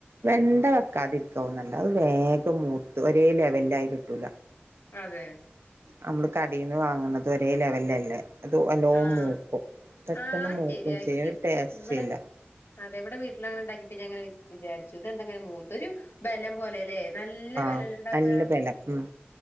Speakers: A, on the right; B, on the left.
A: വെണ്ട വെക്കാതിരിക്കാവും നല്ലത്. അത് വേഗം മൂത്ത് ഒരേ ലെവലിലായി കിട്ടൂല.
B: അതെ
A: നമ്മള് കടീന്ന് വാങ്ങ്ണത് ഒരേ ലെവലിലല്ലേ അത് വല്ലോം
B: ആഹ്
A: മൂക്കും പെട്ടെന്ന്
B: ആഹ് അത്
A: മൂക്കുചെയ്യും
B: ശരിയാ ഇക്ക്
A: അതൊര് ടേസ്റ്റില്ല.
B: ഇവിടെ അതെ ഇവടെ വീട്ടില് അങ്ങനെണ്ടാക്കിട്ട് ഞങ്ങനെ വിചാര്ച്ചു ഇതെന്താങ്ങനെ മൂത്ത ഒരു ബലം പോലെല്ലേ നല്ല
A: ആഹ്
B: ബെലല്ലെണ്ടാവ്ആ
A: നല്ല ബലം ഉം